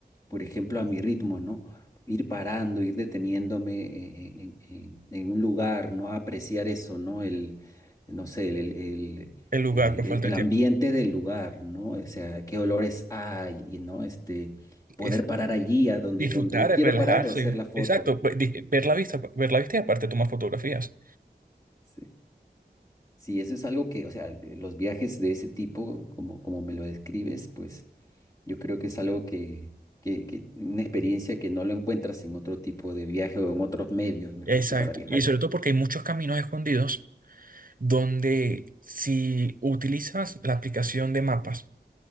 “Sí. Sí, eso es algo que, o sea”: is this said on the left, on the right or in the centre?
Left